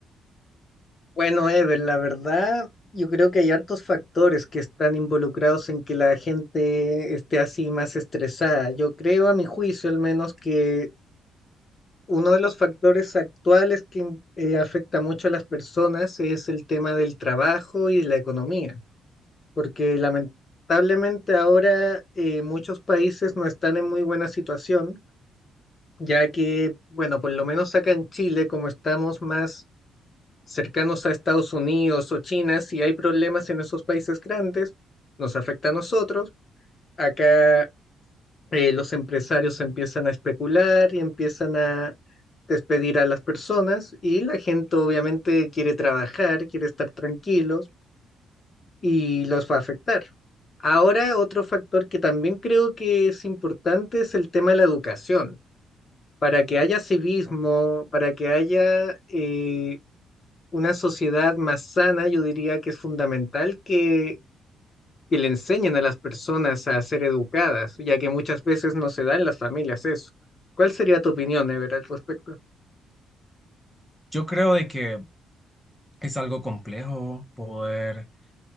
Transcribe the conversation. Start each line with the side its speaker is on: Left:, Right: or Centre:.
Left: Bueno, Ever, la verdad, yo creo que hay hartos factores que están involucrados en que la gente esté así más estresada. Yo creo, a mi juicio al menos, que uno de los factores actuales que in- eh, afecta mucho a las personas es el tema del trabajo y la economía. porque lamentablemente ahora eh, muchos países no están en muy buena situación, ya que, bueno, por lo menos acá en Chile, como estamos más cercanos a Estados Unidos o China, si hay problemas en esos países grandes, nos afecta a nosotros. Acá eh, los empresarios empiezan a especular y empiezan a despedir a las personas y la gente obviamente quiere trabajar, quiere estar tranquilos y los va a afectar. Ahora, otro factor que también creo que es importante es el tema de la educación, para que haya civismo, para que haya eh, una sociedad más sana, yo diría que es fundamental que, que le enseñen a las personas a ser educadas, ya que muchas veces no se da en las familias eso. ¿Cuál sería tu opinión, Ever, al respecto?
Centre: Yo creo de que es algo complejo poder